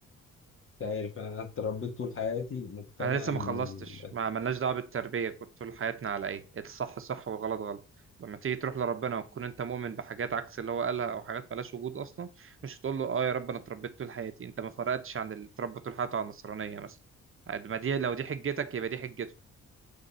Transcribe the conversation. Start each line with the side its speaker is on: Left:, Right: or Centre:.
Left: مش عارف انا اتربيت طول حياتي مقتنع
Right: انا لسه
Left: ان
Right: ما خلصتش
Left: ال-
Right: ما عملناش دعوه بالتربيه كنت طول حياتنا على ايه إيه الصح صح والغلط غلط لما تيجي تروح لربنا وتكون انت مؤمن بحاجات عكس اللي هو قالها او حاجات مالهاش وجود اصلا مش هتقول له اه يا رب انا اتربيت طول حياتي انت ما فرقتش عن اللي اتربى طول حياته على النصرانيه مثلا عاد- ما دي لو دي حجتك يبقى دي حجته